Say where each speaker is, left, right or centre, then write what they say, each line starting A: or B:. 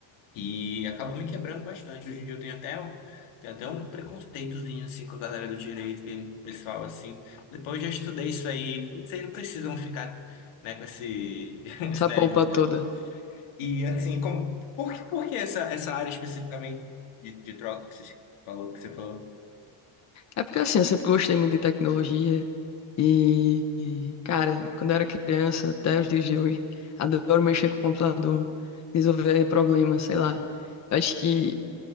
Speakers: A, on the left (about 75°); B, on the left (about 35°).
A: E acabou me quebrando bastante. Hoje em dia eu tenho até um, tenho até um preconceitozinho, assim, com a galera do direito, que o pessoal, assim, depois eu já estudei isso aí, vocês não precisam ficar, né, com esse, <laughs> esse
B: essa
A: nariz
B: pompa
A: em pé.
B: toda.
A: E assim, como, por, que- por que essa, essa área especificamente de, de troca que você falou, que você falou?
B: É porque assim, eu sempre gostei muito de tecnologia, E, e, cara, quando eu era criança, até os dias de hoje, adoro mexer com o computador, resolver problemas, sei lá. Eu acho que